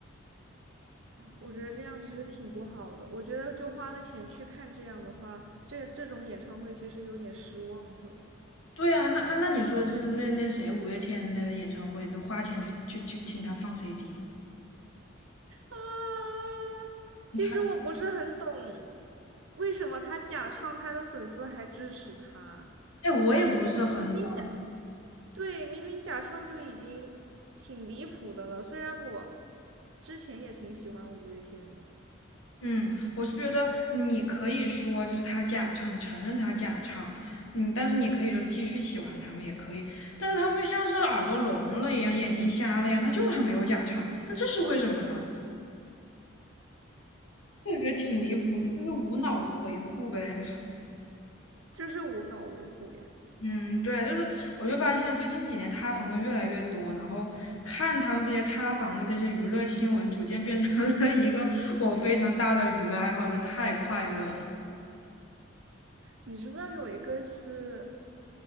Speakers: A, on the right (about 70°); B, on the left (about 90°).
A: 我觉得这样其实挺不好的，我觉得就花了钱去看这样的话，这这种演唱会其实有点失望会。
B: 对呀，那那那你说就是那那谁五月天的演唱会都花钱去去去听他放 CD，
A: 啊，其实我不是很懂，
B: 他
A: 为什么他假唱，他的粉丝还支持他？
B: 哎我也不是很懂，
A: 明明假，对，明明假唱就已经挺离谱的了。虽然我之前也挺喜欢五月天的，
B: 嗯，我是觉得你可以说就是他假唱，你承认他假唱，嗯，但是你可以就是继续喜欢他们也可以，但是他们像是耳朵聋了一样，眼睛瞎了一样，他就是还没有假唱，那这是为什么呢？我觉得挺离谱的，就是无脑维护呗。<laughs>
A: 这是无脑维护呀。
B: 嗯，对，就是我就发现最近几年塌房的越来越多，然后看他们这些塌房的这些娱乐新闻，逐渐变成了一个我非常大的娱乐爱好，真太快乐了。
A: 你知不知道有一个是